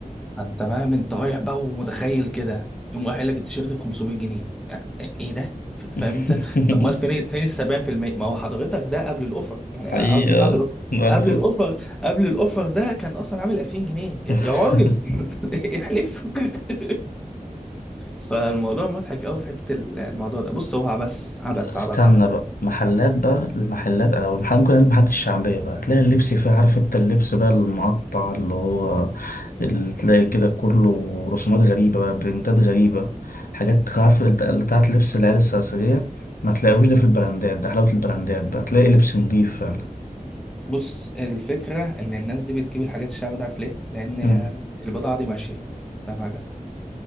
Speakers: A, in the centre; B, on the left.
A: انت فاهم انت رايح بقى ومتخيل كده يوم رايح قايل لك التيشيرت ب 500 جنيه يعني ايه ده ف-
B: <laughs>
A: فاهم انت طب امال فين فين ال 70% ما هو حضرتك ده قبل الاوفر يعني
B: حقيقة
A: أ- قصدي بعد الاوفر
B: بعد
A: قبل
B: الأوف
A: الاوفر قبل الاوفر ده كان اصلا عامل 2000 جنيه يا,
B: <laughs>
A: يا راجل <laughs> احلف <laughs> فالموضوع مضحك قوي في حته ال- الموضوع ده بص هو عبس عبس
B: استنى
A: عبس عبس
B: بقى محلات بقى المحلات او المحلات ممكن المحلات الشعبية بقى تلاقي اللبس فيها عارف انت اللبس بقى المقطع اللي هو اللي تلاقي كده كله رسومات غريبة بقى برنتات غريبة حاجات عارف اللي بتاع- اللي بتاعت لبس العيال السرسجية ما تلاقيهوش ده في البراندات ده حلاوة البراندات بقى تلاقي لبس نضيف فعلا
A: بص الفكره ان الناس دي بتجيب الحاجات الشعب ده عارف ليه لان
B: مم.
A: البضاعه دي ماشيه فاهم